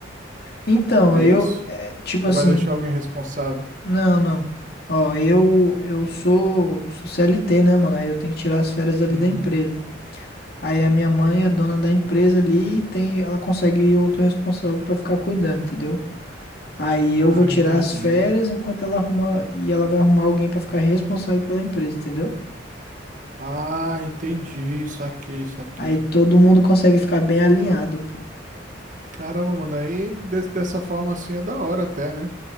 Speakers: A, on the left; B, on the right.
A: Então,
B: É
A: eu.
B: isso?
A: é, tipo
B: Ou
A: assim.
B: vai deixar alguém responsável?
A: Não, não. Ó, eu. Eu sou. Sou CLT, né, mano? Aí eu tenho que tirar as férias ali
B: Uhum.
A: da empresa. Aí a minha mãe é dona da empresa ali. e Tem, ela consegue outro responsável pra ficar cuidando, entendeu? Aí eu
B: Ah,
A: vou tirar
B: entendi.
A: as férias enquanto ela arruma. E ela vai arrumar alguém pra ficar responsável pela empresa, entendeu?
B: Ah, entendi. Saquei, saquei.
A: Aí todo mundo
B: Ca-
A: consegue ficar bem alinhado, pô.
B: Caramba, mano. Aí des- dessa forma assim é da hora até, né?